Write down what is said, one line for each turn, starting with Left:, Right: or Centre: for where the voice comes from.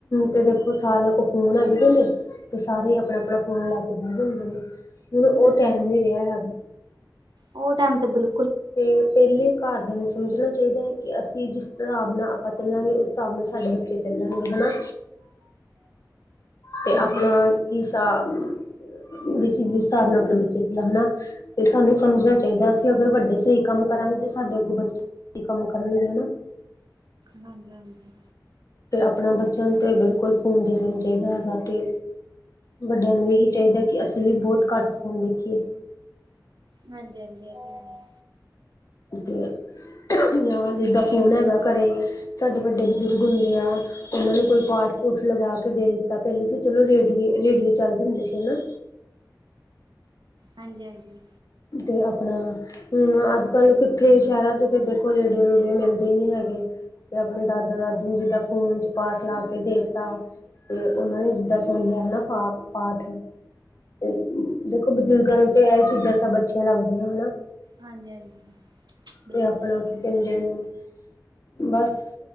Left: ਤੇ ਦੇਖੋ ਸਾਰਿਆਂ ਕੋਲ ਫੋਨ ਹੈਗੇਦੇ ਨੇ। ਤੇ ਸਾਰੇ ਹੀ ਆਪਨਾ-ਆਪਨਾ ਫੋਨ ਲੈ ਕੇ ਬੈ ਜਾਂਦੇ ਨੇ। ਹੁਣ ਉਹ
Right: ਹੂੰ-ਹੂੰ,
Left: ਟਾਈਮ ਨੀ ਰਿਹਾ ਹੈਗਾ
Right: ਓ ਟੈਮ ਤੇ ਬਿਲ
Left: ਤੇ ਪੇਲੇ ਘਰਦੇਆਂ ਨੂੰ ਸਮਜਨਾ ਚਾਈਦਾ ਐ ਕੇ ਅਸੀਂ ਜਿਸ ਸਾਬ ਨਾਲ ਆਪਾਂ ਚੱਲਾਂਗੇ ਉਸ ਸਾਬ ਨਾਲ ਸਾਡੇ ਬੱ ਬੱਚੇ ਚੱਲਨਗੇ ਹਨਾ। ਤੇ
Right: ਹੂੰ
Left: ਆਪਨਾ ਕਿਸ ਜਿਸ ਸਾਬ ਨਾਲ ਆਪਨਾ ਬੱਚੇ ਚ ਹਨਾ ਤੇ ਸਾਨੂੰ ਸਮਜਨਾ ਚਾਈਦਾ ਅਸੀਂ ਅਗਰ ਵੱਡੇ ਸਈ ਕੰਮ ਕਰਾਂਗੇ ਤੇ ਸਾਡੇ ਅੱਗੇ ਬੱਚੇ ਕੀ ਕੰਮ ਕਰਨਗੇ ਹਨਾ।
Right: ਹਾਂਜੀ-ਹਾਂਜੀ।
Left: ਤੇ ਆਪਨਾ ਬੱਚੇਆਂ ਨੂੰ ਤੇ ਬਿਲਕੁਲ ਫੋਨ ਦੇ ਦੇਨਾ ਈ ਨੀ ਚਾਈਦਾ ਰਾਤੀ। ਵੱਡੇਆਂ ਨੂੰ ਏਹੀ ਚਾਈਦਾ ਕੇ ਅਸੀਂ ਵੀ ਬੋਤ ਘੱਟ ਫੋਨ ਦੇਖੀਏ।
Right: ਹਾਂਜੀ-ਹਾਂਜੀ ਏ ਤਾਂ ਹੈ।
Left: ਤੇ ਜਾਂ ਜਿੱਦਾਂ ਫੋਨ ਹੈਗਾ ਘਰੇਂ ਸਾਡੇ ਵੱਡੇ ਬਜ਼ੁਰਗ ਹੁੰਦੇ ਆ। ਓਨਾਂ ਨੂੰ ਕੋਈ ਪਾਠ ਪੂਠ ਲਗਾ ਕੇ ਦੇ ਦਿੱਤਾ ਪੈਲੇ ਤਾਂ ਚਲੋ ਰੇਡੀਓ-ਰੇਡੀਓ ਚੱਲਦੇ ਹੁੰਦੇ ਸੀ ਹਨਾ।
Right: ਹਾਂਜੀ-ਹਾਂਜੀ।
Left: ਤੇ ਆਪਨਾ ਹੁਨ ਅੱਜ-ਕੱਲ ਕਿੱਥੇ ਸੈਰਾਂ ਚ ਤੇ ਦੇਖੋ ਰੇਡੀਓ ਰੂਡੀਓ ਮਿਲਦੇ ਨੀ ਹੈਗੇ। ਤੇ ਆਪਨੇ ਦਾਦਾ ਦਾਦੀ ਨੂੰ ਜਿੱਦਾਂ ਫੋਨ ਚ ਪਾਠ ਲਾ ਕੇ ਦੇਤਾ ਤੇ ਓਨਾਂ ਨੇ ਜਿੱਦਾਂ ਸੁਨ ਲੇਆ ਹਨਾ ਪਾ ਪਾਠ ਤੇ ਦੇਖੋ ਬਜ਼ੁਰਗਾਂ ਨੂੰ ਤੇ ਐ ਚੀਜ਼ਾਂ ਸਭ ਅੱਛੀਆਂ ਲੱਗਦੀਆਂ ਹਨਾ।
Right: ਹਾਂਜੀ ਹਾਂਜੀ ਬਿਲਕੁਲ
Left: ਤੇ ਆਪਨਾ
Right: ਬਿਲਕੁਲ
Left: ਕੀ ਕੈਂਦੇ ਓਨੂੰ ਬਸ